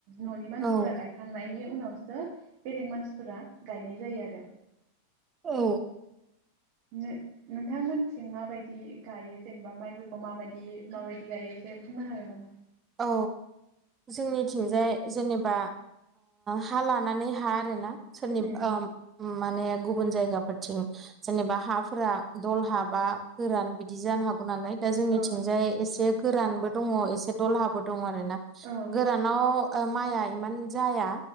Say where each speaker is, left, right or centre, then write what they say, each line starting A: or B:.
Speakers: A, on the right (about 45°); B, on the right (about 20°).
A: न'नि मानसिफोरा
B: औ
A: गायखांनायनि उनावसो बेलेग मानसिफोरा गायनाय जायो आरो
B: औ
A: नो नोंथांमोनथिं मा बायदि गायो जेनेबा माइफोरखौ खौ मा बायदि मा बायदि गायो एसे बुंनो हागोन नामा
B: औ जोंनि थिंजाय जेनेबा हा लानानै हा आरो ना सोरनिबा
A: उम
B: ओ माने गुबुन जायगाफोरथिं जेनेबा हाफोरा दलहा बा गोरान बिदि जानो हागौ गौ नालाय दा जोंनिथिंजाय
A: औ
B: एसे गोरानबो दङ एसे दलहाबो दङ रोना
A: औ
B: गोरानाव माइआ इमान जाया